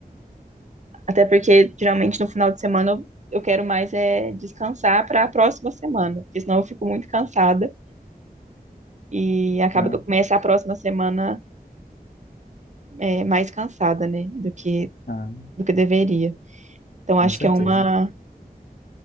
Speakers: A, on the right (about 50°); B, on the left (about 75°).
A: Até porque geralmente no final de semana eu, eu quero mais é descansar para a próxima semana, porque senão eu fico muito cansada e acaba
B: Ah,
A: que eu começo a próxima semana é, mais cansada, né, do que
B: ah,
A: do que deveria. Então
B: com
A: acho
B: certeza.
A: que é uma